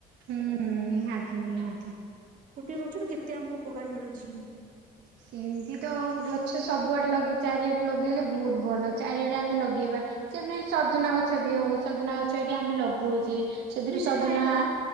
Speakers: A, on the right; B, on the right.
A: ହୁଁ ହୁଁ ନିହାତି ନିହାତି।
B: ଗୋଟେ ଗଛରୁ କେତେ ଆମକୁ ଉପକାର ମିଳୁଛି?
A: ସେମତି ତ ଗଛ ସବୁଆଡେ ଲଗେଇ ଚାରିଆଡେ ଲଗେଇଲେ ବହୁତ ଭଲ। ଚାରିଆଡେ ଟା ଆମେ ଲଗେଇବା ସେ ସଜନା ଗଛ ବି ହଉ ସଜନା ଗଛ ଏଠି ଆମେ ଲଗଉଛେ ସେଥିରୁ
B: ନିଜେ
A: ସଜନା
B: ଖାଇବା